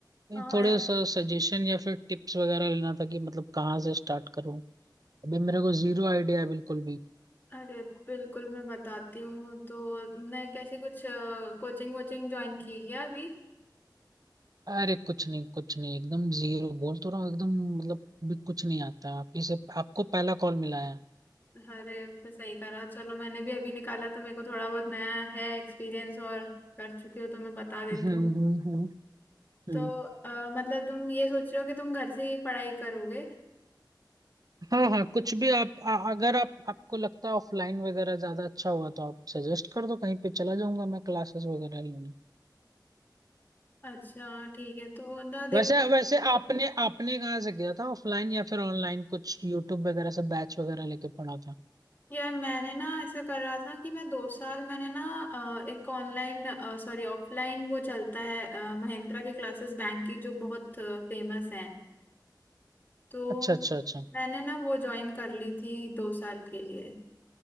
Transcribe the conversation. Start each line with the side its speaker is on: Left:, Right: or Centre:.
Right: नहीं,
Left: हाँ
Right: थोड़े
Left: यार
Right: सा सजेशन या फिर टिप्स वगैरह लेना था कि मतलब कहाँ से स्टार्ट करूँ अभी मेरे को जीरो आइडिया है बिल्कुल भी
Left: अरे बिल्कुल मैं बताती हूँ तो तुमने कैसे कुछ कोचिंग वोचिंग ज्वाइन की क्या अभी
Right: अरे कुछ नहीं कुछ नहीं एकदम जीरो बोल तो रहा हूँ एकदम मतलब भी कुछ नहीं आता आप ही से आपको पहला कॉल मिला है
Left: अरे फिर सही करा चलो मैंने भी अभी निकाला तो मेरे को थोड़ा बहुत नया है एक्सपीरियंस और कर चुकी हूँ तो मैं बता देती
Right: हम्म
Left: हूँ
Right: हम्म हम्म
Left: तो अ, मतलब तुम ये सोच रहे हो कि तुम घर से ही पढ़ाई करोगे
Right: हाँ हाँ कुछ भी आप आ, अगर आप आपको लगता है ऑफलाइन वगैरह ज्यादा अच्छा हुआ तो आप सजेस्ट कर दो कहीं पे चला जाऊंगा मैं क्लासेस वगैरह लेने
Left: अच्छा ठीक है तो ना
Right: वैसे
Left: देखो
Right: वैसे आपने आपने कहाँ से किया था ऑफलाइन या फिर ऑनलाइन कुछ यूट्यूब वगैरह से बैच वगैरह लेके पढ़ा था
Left: यार मैंने ना ऐसा कर रहा था कि मैं दो साल मैंने ना अ, एक ऑनलाइन सॉरी ऑफलाइन वो चलता है अ, महिंद्रा की क्लासेस बैंक की जो बहुत फेमस हैं तो
Right: अच्छा अच्छा अच्छा
Left: मैंने ना वो ज्वाइन कर ली थी दो साल के लिए